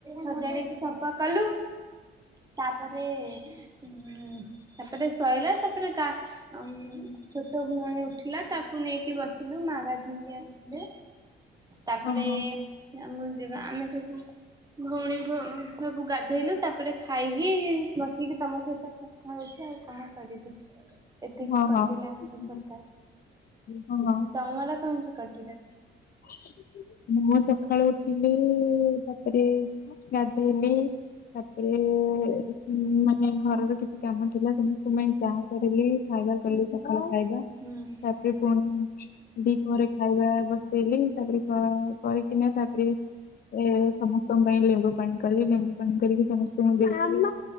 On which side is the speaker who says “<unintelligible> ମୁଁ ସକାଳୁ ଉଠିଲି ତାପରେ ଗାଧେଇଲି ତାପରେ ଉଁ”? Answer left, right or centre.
Left